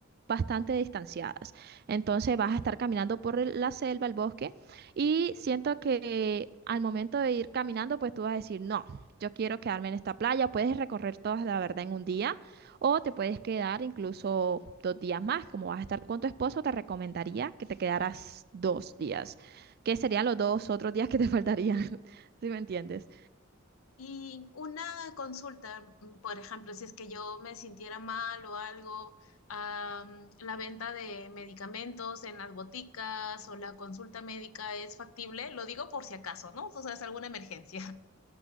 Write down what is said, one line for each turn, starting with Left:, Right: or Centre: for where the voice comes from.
Right: bastante distanciadas. Entonces vas a estar caminando por el- la selva, el bosque, y siento que eh, al momento de ir caminando, pues tú vas a decir, no, yo quiero quedarme en esta playa, puedes recorrer todas la verdad en un día, o te puedes quedar incluso dos días más, como vas a estar con tu esposo, te recomendaría que te quedaras dos días, que serían los dos otros días que te faltarían, <laughs> si me entiendes.
Left: Y una consulta, mm, por ejemplo, si es que yo me sintiera mal o algo, am, la venta de medicamentos en las boticas o la consulta médica es factible, lo digo por si acaso, ¿no? O sea, es alguna emergencia. <laughs>